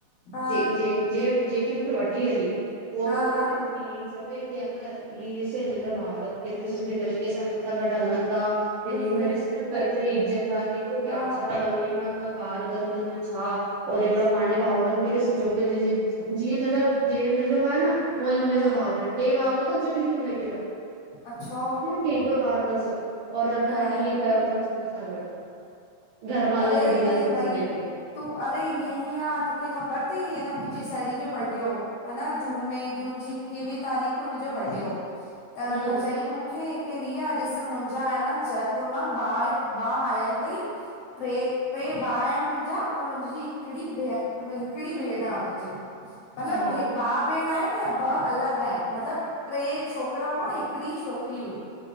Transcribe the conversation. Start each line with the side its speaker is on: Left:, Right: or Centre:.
Left: हा
Right: जे जे जेकी मूंखे वठी हली, उहो
Left: हा
Right: बि पतो
Left: हा
Right: तई मु ही चवे की अन, ही ॾिस हिनन जा भावर केतिरी सुठी तरीक़े ॾिस हिनन सां गॾु हलनि ता, ॿिनिन्
Left: बिल्कुलु
Right: में ॾिस न केतिरी इज्ज़त आ, केतिरो प्यार
Left: हा
Right: सां ता ॻाल्हाईन। न घार गंद, न छा और हिकड़ो पांजे भाउरनि खे ॾिस, जोकी हुनजी जीएं तुंजा, जीएं तुंजो भा आहे न, ऊंअईं उनजा
Left: हूं
Right: भाउर आहिनि टे भाउर तस जॾहिं की उनेखे त
Left: अच्छा
Right: के हिकु भाउ तसि, और
Left: ॿुधाए
Right: अन इएं कयो तन्स, उने सां गॾु। घरमाला
Left: अरे!
Right: कढी लाथसि
Left: भई
Right: हुनखे
Left: तूं अरे ईंएंहीं आं, तुखे ख़बर तई, न मुंजी साहेड़ी जो बर्डे हो अन जून में, जून जी इकवीं तारीक, उनजो
Right: हम्म
Left: बर्डे हो, त
Right: हम्म
Left: उन चईं मू मूंखे के रिया! ॾिस मुंजा एन जयपुर मां भा आहे बा आयल तई ट्रे ट्रे भाउ आहिनि मुंजा, ओर हुनजी हिकिड़ी भेण, हिकिड़ी भेण आ हुनजी। मल्लब
Right: हा
Left: हि भाउ भेण आहिनि, ऐं ॿ अलॻि आहिनि, मतलब ट्रे छोकरा हुआ, हिकड़ी छोकिरी हुई।